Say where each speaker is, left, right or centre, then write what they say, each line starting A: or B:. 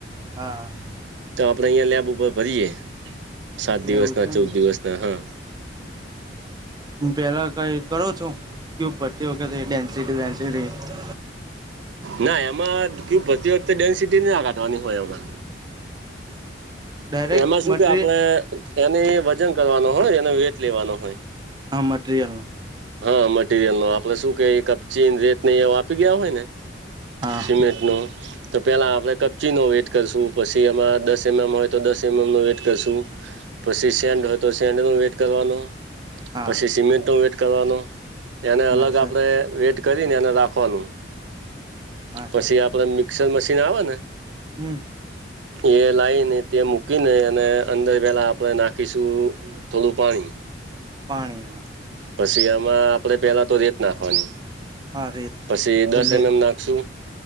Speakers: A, on the right (about 25°); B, on the right (about 80°).
A: હા
B: તો આપણેે અહિયાં લેબ ઉપર ભરીયએ સાત દિવસ
A: એવું
B: ના
A: છે
B: ચૌદ
A: એમ
B: દિવસના હા
A: હ પહેલાં કંઈ કરો છો? <unintelligible>
B: ના એમાં ક ભરતી વખતે ડેન્સિટી ના લગાવાની હોય એમાં
A: ડાયરેક્ટ
B: એમાં શું
A: મટીરિયલ
B: કે આપણે એને વજન કરવાનો હોય એનો વેટ લેવાનો હોય
A: હા મટીરીયલ નો
B: હા મટીરિયલ નો આપડે શું કે કપચી ને રેત નહી એવ આપી ગયા હોય ને
A: હા
B: સિમેન્ટ ન તો પેલા આપડે કપચી નો વેટ કરશું પછી એમાં દસ એમ એમ હોય તો દસ એમ એમ નો વેટ કરશું પછી સેન્ડ હોય તો સેન્ડનું વેઇટ કરવાનું
A: હા
B: પછી સિમેન્ટનો વેટ કરવાનો એને અલગ
A: હા સર
B: આપણે વેટ કરીને એ રાખવાનું
A: હા
B: પછી
A: સાચી
B: આપડે
A: વાત
B: મિક્સર મશીન આવે ને
A: હમ
B: એ લાઈને તે મૂકીને અને અંદર પેલા આપણે નાખીશું થોડું પાણી
A: પાણી
B: પછી આમાં આપે પેલા તો રેત નાખવાની
A: હા રેત
B: પછી દસ
A: એટલે
B: એમ એમ નાખશુ